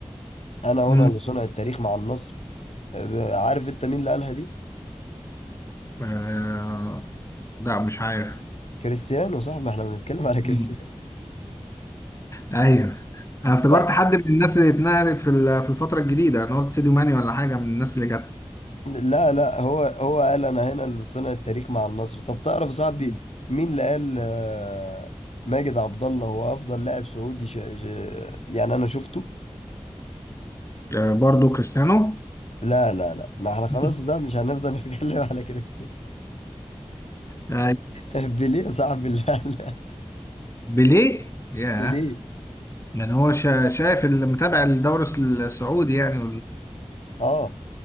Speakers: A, on the left; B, on the left.
A: انا
B: امم
A: هنا لصنع التاريخ مع النصر آه، عارف انت مين اللي قالها دي
B: آه... لا مش عارف
A: كريستيانو صاحبي ما احنا بنتكلم على <laughs> كريستيانو
B: مم. ايوه انا افتكرت
A: ف-
B: حد من الناس اللي اتنقلت في ال- في الفتره الجديده انا قلت سيديو ماني ولا حاجه من الناس اللي جت
A: لا لا هو هو قال انا هنا لصنع التاريخ مع النصر طب تعرف صاحبي
B: مم.
A: مين اللي قال آه، ماجد عبد الله هو افضل لاعب سعودي ش... ش... يعني انا شفته
B: آه برضو كريستيانو
A: لا لا لا ما احنا خلاص
B: <laughs>
A: صاحبي مش هنفضل <laughs> نتكلم على كريستيانو
B: آه
A: بيليه يا صاحبي <laughs> لا لا
B: بيليه ياه
A: بيليه
B: يعني هو شا- شايف اللي متابع الدوري السعودي يعني
A: اه